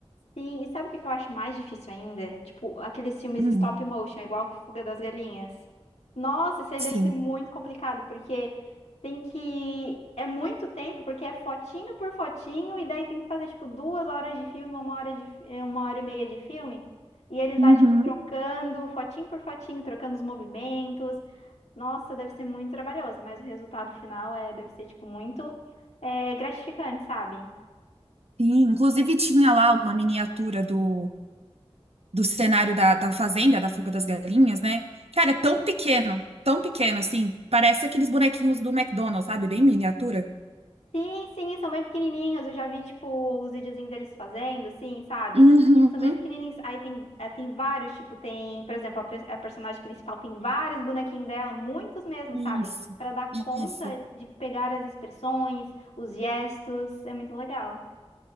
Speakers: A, on the left; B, on the right.
A: Sim, e sabe o que que eu acho mais difícil ainda? Tipo, aqueles filmes
B: Hum,
A: stop motion, igual Fuga das Galinhas. Nossa, isso aí
B: sim.
A: deve ser muito complicado, porque tem que. É muito tempo, porque é fotinho por fotinho, e daí tem que fazer, tipo, duas horas de filme, uma hora de... fi- eh, uma hora e meia de filme. E eles
B: Uhum.
A: lá, tipo, trocando fotinho por fotinho, trocando os movimentos. Nossa, deve ser muito trabalhoso, mas o resultado final é... deve ser, tipo, muito eh, gratificante, sabe?
B: Sim. Inclusive, tinha lá uma miniatura do do cenário da, da fazenda, da fuga das galinhas, né? Cara, é tão pequeno, tão pequeno, assim. Parece aqueles bonequinhos do McDonald's, sabe? Bem miniatura.
A: Sim, sim, são bem pequenininhos. Eu já vi, tipo, os videozinhos deles fazendo, assim, sabe?
B: Uhum,
A: Eles são bem pequenininhos. Aí tem, é, tem vários, tipo, tem, por exemplo, a, pre- a personagem principal tem vários bonequinhos dela, muitos mesmo,
B: isso,
A: sabe? Pra dar
B: isso.
A: conta de pegar as expressões, os gestos. É muito legal.